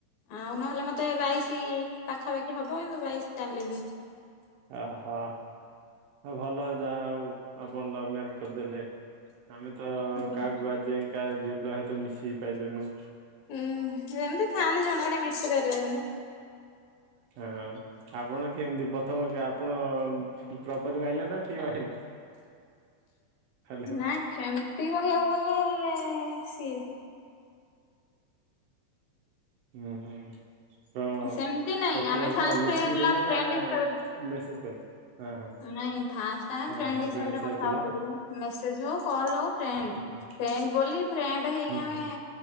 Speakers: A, on the left (about 80°); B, on the right (about 75°).
A: ଆଉ ନହେଲେ ମତେ ବାଇଶ ପାଖାପାଖି ହବ କିନ୍ତୁ ବାଇଶ ଚାଲିନି।
B: ଓହୋ। ହଁ ଭଲ ଯାହା ଆଉ ଆପଣ ଲଭ୍ ମ୍ୟାରେଜ କରିଦେଲେ। ଆମେ ତ
A: ଆଜ୍ଞା।
B: କାହାକୁ ଆଜି ଯାଇ କାହା ଝିଅ ପିଲା ସହ ମିଶିବି ପାଇଲୁନୁ।
A: ଉୁଁ ଏମିତି ଥାଆନ୍ତି ଜଣେ ଜଣେ ମିଶି ପାରିବେନି।
B: ହଁ। ଆପଣ କେମିତି ପ୍ରଥମ ଆପଣ ପ୍ରୋପୋଜ ମାଇଲେ ନା ସିଏ ମାଇଲେ? ହ୍ୟାଲୋ
A: ନାଇଁ ସେମତି କହିବାକୁ ଗଲେ ସିଏ।
B: ହୁଁ ହୁଁ କଣ
A: ସେମିତି ନାଇଁ
B: ପ୍ରଥମେ
A: ଆମେ
B: ଆଜି
A: ଫାଷ୍ଟ
B: କଣ ଲେଖିକି
A: ହେଲା
B: ଦେଲେ
A: ଫ୍ରେଣ୍ଡ
B: ନା
A: ହିସାବରେ
B: ମେସେଜ କଲେ। ହଁ ହଁ
A: ନାଇଁ ଫାର୍ଷ୍ଟ ଆମେ
B: ହଁ
A: ଫ୍ରେଣ୍ଡ
B: ହଁ
A: ହିସାବରେ କଥା
B: ଥିଲ
A: ହଉଥିଲୁ ମେସେଜ ହଉ କଲ ହଉ ଫ୍ରେଣ୍ଡ।
B: ହୁଁ
A: ଫ୍ରେଣ୍ଡ ବୋଲି ଫ୍ରେଣ୍ଡ ହେଇକି
B: ହୁଁ
A: ଆମେ
B: ହୁଁ